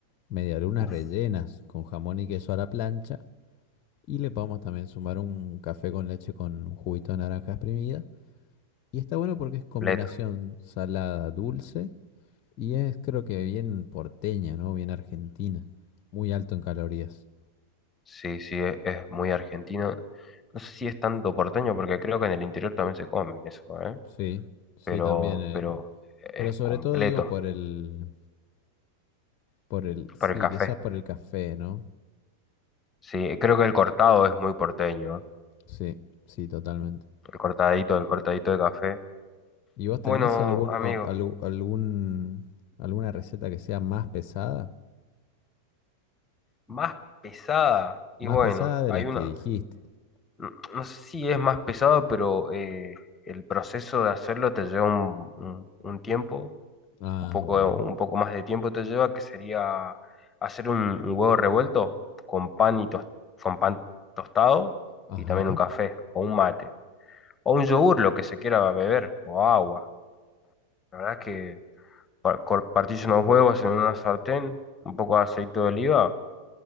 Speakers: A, on the left; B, on the left.
A: Medialunas
B: Uf.
A: rellenas con jamón y queso a la plancha. Y le podemos también sumar un café con leche con un juguito de naranja exprimida. Y está bueno porque es combinación
B: Completo.
A: salada, dulce. Y es creo que bien porteña, ¿no? Bien argentina. Muy alto en calorías.
B: Sí, sí, es, es muy argentino. No sé si es tanto porteño, porque creo que en el interior también se come eso, ¿eh?
A: Sí, sí,
B: Pero,
A: también. eh,
B: pero es
A: Pero sobre
B: completo
A: todo digo por el... Por el... Sí,
B: para el café.
A: quizás por el café, ¿no?
B: Sí, eh, creo que el cortado es muy porteño, ¿eh?
A: Sí, sí, totalmente.
B: El cortadito, el cortadito de café.
A: ¿Y vos
B: Bueno,
A: tenés alguno,
B: amigo.
A: algu- algún, alguna receta que sea más pesada?
B: Más pesada. Y
A: Más
B: bueno,
A: pesada de
B: hay
A: la que
B: una,
A: dijiste.
B: no no sé si es más pesado, pero eh, el proceso de hacerlo te lleva un, un- un tiempo,
A: Ah,
B: un poco,
A: bueno.
B: un poco más de tiempo te lleva, que sería hacer un, un huevo revuelto con pan y tos- con pan tostado
A: Ajá.
B: y también un café o un mate o un yogur, lo que se quiera beber o agua. La verdad es que par- cor- partís unos huevos en una sartén, un poco de aceite de oliva